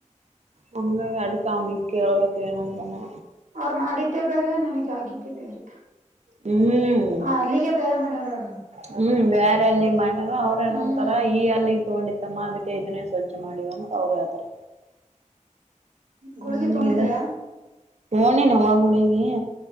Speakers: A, on the right; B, on the right.
A: ಹಂಗ ಅಡುಕ್ಕ ಅವ್ನಕ್ಕ ಹಳೋಗತಣಂತಾನೆ
B: ಅವ್ರು ಮಾಡಿದ್ದೇ ಬೇರೆ ನನಗ ಆಗಿದ್ದೇ ಬೇರೆ
A: ಹ್ಮ್
B: ಹ ಅಲ್ಲಿಗೆ ಬೇರೆ ಮಾಡ್ಯಾರರು
A: ಹ್ಮ್ ಬೇರೆ ಅಲ್ಲಿ ಮಾಡವ ಅವ್ರ ಏನಂತಾರ
B: ಹ್ಮ್
A: ಈ ಅಲ್ಲಿ ತಗೊಂಡಿಿತಮ್ಮ ಅದಕ್ಕೆ ಇದನ್ನೇ ಸ್ವಚ್ಛ ಮಾಡಿವ್ ಅಂತ ಅವ್ರು ಹೇತಾರೆ
B: ಗುಳಗಿ
A: ಅವನಗಿದ್ದ
B: ತಗೊಂಡಿದೆ
A: ೋಣಿ ನಾವಾಗುಳಿಗೆ